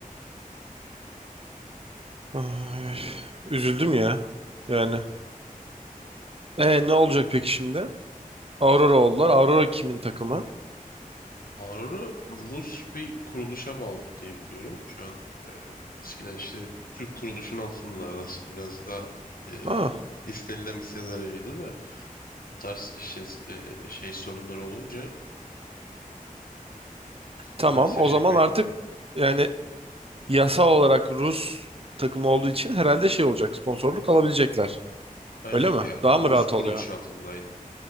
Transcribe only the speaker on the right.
Ay, ay. Üzüldüm ya. Yani.
E ne olacak peki şimdi? Aurora oldular. Aurora kimin takımı?
Ha,
tamam.
O
zaman
artık yani yasal olarak Rus takımı olduğu için herhalde şey olacak. Sponsorluk alabilecekler.
Öyle mi?
Daha
mı rahat
oluyor?